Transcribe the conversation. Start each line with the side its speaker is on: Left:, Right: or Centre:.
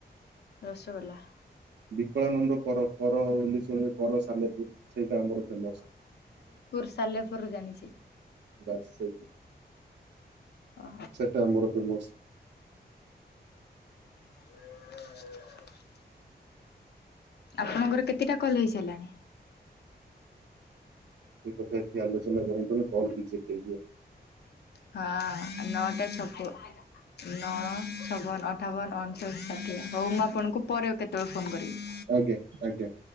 Left: ରସଗୋଲା।
Right: ବିକଳାନନ୍ଦ କର କର କର ସାଲେପୁର ସେଇଟା ଆମର ଫେମସ।
Left: ସାଲେପୁରରୁ ଜାଣିଛି।
Right: ବାସିଚି।
Left: ଅ
Right: ସେଟା ଆମର ଫେମସ।
Left: <inaudible> ଆପଣଙ୍କର କେତିଟା କଲ୍ ହେଇସାରିଲାଣି?
Right: ଏକଥା ଏଠି ଆଲୋଚନା କରନ୍ତୁନି ନହେଲେ କଲ ରିଜେକ୍ଟ ହେଇଯିବ।
Left: ହଁ ନଅଟା ଛତୁ। ନଅ ଛବନ ଅଠାବନ ଅଣଷଠ ଷାଠିଏ ହଉ ମୁଁ ଆପଣଙ୍କୁ ପରେ କେତେବେଳେ ଫୋନ କରିବି?
Right: ଆଜ୍ଞା ଆଜ୍ଞା।